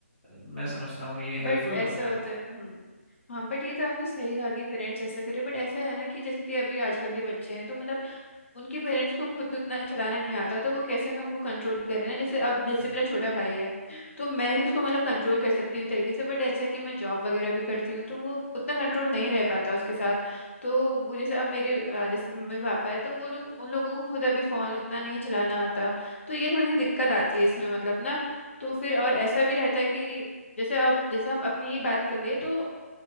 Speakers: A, in the centre; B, on the left.
A: मैं
B: हम्म
A: समझता हूँ ये हेल्पफुल
B: बट ऐसा
A: होता
B: होता
A: है
B: है हम्म हाँ बट ये तो आपने सही कहा कि पेरेंट्स ऐसा करें बट ऐसा है ना कि जैसे कि अभी आजकल के बच्चे हैं तो मतलब उनके पेरेंट्स को खुद उतना चलाना नहीं आता तो वो कैसे उनको कंट्रोल करें ना जैसे अब जैसे
A: हम्म
B: मेरा छोटा भाई है तो मैं ही उसको मतलब कंट्रोल कर सकती हूँ एक तरीके से बट ऐसा कि मैं जॉब वगैरह भी करती हूँ तो वो उतना कंट्रोल नहीं रह पाता उसके साथ तो वो जैसे अब मेरे अ, जैसे मम्मी पापा है तो वो लोग उन लोगों को खुद अभी फोन उतना नहीं चलाना आता तो ये थोड़ी सी दिक्कत आती है इसमें मतलब ना तो फिर और ऐसा भी रहता है कि जैसे अब जैसे हम अपनी ही बात कर ले तो